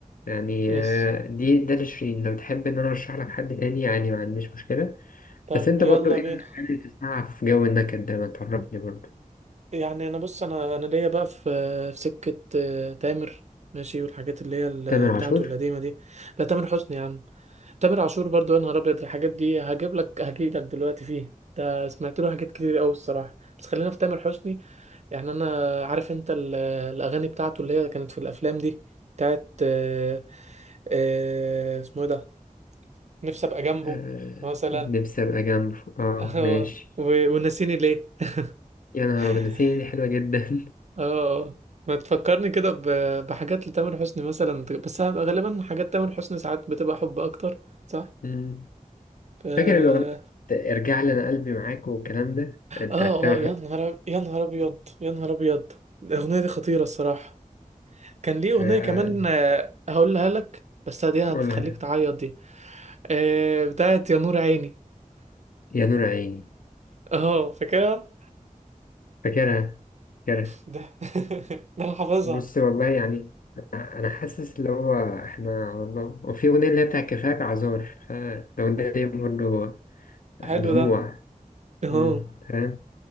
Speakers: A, on the left; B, on the right.
A: يعني
B: ماشي
A: آه، دي ده لشيرين لو تحب ان انا ارشح لك حد تاني يعني ما عنديش مشكله
B: طب
A: بس انت
B: يلا
A: برضه ايه
B: بينا
A: الاغاني اللي بتسمعها في جو النكد ده ما تعرفني برضه
B: يعني انا بص انا انا ليا بقى في في سكة آه، تامر ماشي والحاجات اللي هي ال-
A: تامر
B: بتاعته
A: عاشور
B: القديمة دي لا تامر حسني يا عم تامر عاشور برضو يا نهار ابيض الحاجات دي هجيب لك هجي لك دلوقتي فيه ده سمعت له حاجات كتير قوي الصراحه بس خلينا في تامر حسني يعني انا عارف انت ال- الاغاني بتاعته اللي هي كانت في الافلام دي بتاعت آه، آه، اسمه ايه ده نفسي ابقى جنبه
A: آه
B: مثلا
A: نفسي ابقى جنبه اه
B: <laughs> آه،
A: ماشي
B: و- ونسيني ليه
A: يا
B: <laughs>
A: نهار ابيض نسيني دي حلوه جدا <laughs>
B: اه اه ما تفكرني كده ب- بحاجات لتامر حسني مثلا بس غالبا حاجات تامر حسني ساعات بتبقى حب اكتر صح
A: مم.
B: ف
A: فاكر الاغنيه بتاعت ارجع لي انا قلبي معاك والكلام ده بتاعت
B: اه
A: تامر
B: اه يا
A: حسني
B: نهار أب- يا نهار ابيض يا نهار ابيض الاغنيه دي خطيره الصراحه كان ليه اغنيه
A: آه،
B: كمان آه، هقولها لك بس دي هتخليك
A: قولها
B: تعيط دي آه بتاعت يا نور عيني
A: يا نور عيني
B: اه فاكرها
A: فاكرها فاكرها
B: ده <laughs> ده انا حافظها
A: بص والله يعني أنا أنا حاسس اللي هو إحنا على الله وفي أغنية اللي هي بتاع كفاك عذار فالأغنية دي برضه دموع
B: حلو ده اه
A: مم، فاهم